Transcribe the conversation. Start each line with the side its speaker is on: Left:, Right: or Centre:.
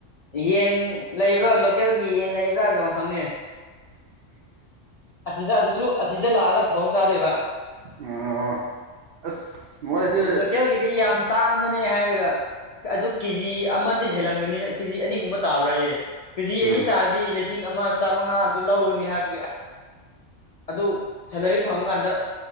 Left: ꯌꯦꯟ ꯂꯩꯕ꯭ꯔꯥ ꯂꯣꯀꯦꯜꯒꯤ ꯌꯦꯟ ꯂꯩꯕ꯭ꯔꯥ ꯍꯪꯉꯦ ꯑꯁꯤꯗ ꯑꯗꯨꯁꯨ ꯑꯁꯤꯗ ꯂꯥꯛꯑꯒ ꯊꯣꯡ ꯆꯥꯗꯣꯏꯕ
Right: ꯑꯣ ꯑꯁ ꯃꯣꯏꯁꯦ
Left: ꯑꯩ ꯂꯣꯀꯦꯜꯒꯤꯗꯤ ꯌꯥꯝ ꯇꯥꯡ ꯕꯅꯦ ꯍꯥꯏꯔꯒ ꯑꯗꯨ ꯀꯦꯖꯤ ꯑꯃꯗꯤ ꯍꯦꯜꯂꯝꯒꯅꯤ ꯀꯦꯖꯤ ꯑꯅꯤꯒꯨꯝꯕ ꯇꯥꯕ꯭ꯔꯥꯌꯦ ꯀꯦꯖꯤ
Right: ꯎꯝ
Left: ꯑꯅꯤ ꯇꯥꯔꯗꯤ ꯂꯤꯁꯤꯡ ꯑꯃ ꯆꯥꯝꯃꯉꯥ ꯑꯗꯨ ꯂꯧꯒꯅꯤ ꯍꯥꯏꯕꯒꯤ ꯑꯁ ꯑꯗꯨ ꯁꯦꯜꯂꯔꯤ ꯐꯪꯉꯀꯥꯟꯗ